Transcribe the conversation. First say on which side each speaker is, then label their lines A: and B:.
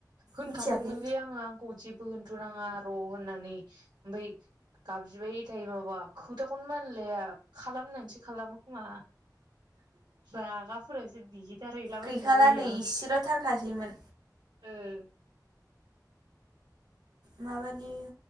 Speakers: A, on the right (about 85°); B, on the right (about 70°).
A: होनखादोंमोनलै
B: मिथियाखै
A: आंङो आंखौ जेबो होनथ नाङा र होननानै ओमफ्राय गाबज्रिबाय थायो माबा खोथाखौनो मानलाया खालामनानैसो खालामो खोमा रागाफोरासो बि देथार हैलाबायायनो
B: गैखाला
A: लुबैयो
B: नै इसेल'थारखासैमोन
A: आं आं
B: माबानि